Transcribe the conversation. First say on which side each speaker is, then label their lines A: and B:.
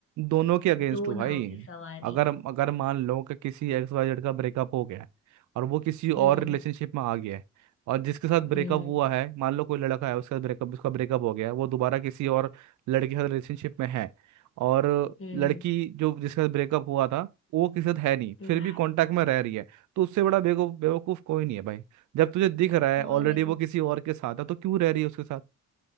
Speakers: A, on the right (about 75°); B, on the left (about 45°).
A: दोनों के अगेंस्ट
B: दो
A: हूँ भाई
B: नाव की सवारी
A: अगर अगर मान लो कि किसी एक्स वाई जेड का ब्रेकअप हो गया है और वो किसी और
B: हम्म
A: रिलेशनशिप में आ गया है और जिसके साथ
B: हम्म
A: ब्रेकअप हुआ है मान लो कोई लड़का है उसका ब्रेकअप उसका ब्रेकअप हो गया है वो दोबारा किसी और लड़के के साथ रिलेशनशिप में है और
B: हम्म
A: लड़की जो जिसके साथ ब्रेकअप हुआ था वो किसी के साथ है नहीं
B: हम्म
A: फिर भी कांटेक्ट में रह रही है तो उससे बड़ा बेवकूफ बेवकूफ कोई नहीं है भाई जब तुझे दिख रहा है
B: और
A: ऑलरेडी
B: नहीं
A: वो
B: तो
A: किसी और के साथ है तो क्यों रह रही है उसके साथ